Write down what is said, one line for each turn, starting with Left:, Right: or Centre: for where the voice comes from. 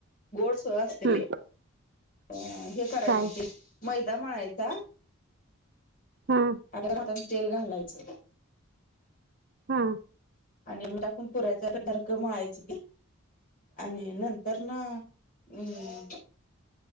Left: गोडस असते
Right: हम्म.
Left: अ हे करायचं
Right: काय
Left: ते मैदा मळायचा
Right: हा
Left: आ भातात तेल घालायचं,
Right: हा
Left: आणि मीठ पुराच्या कणकेसारख मळायच ते आणि नंतर ना हम्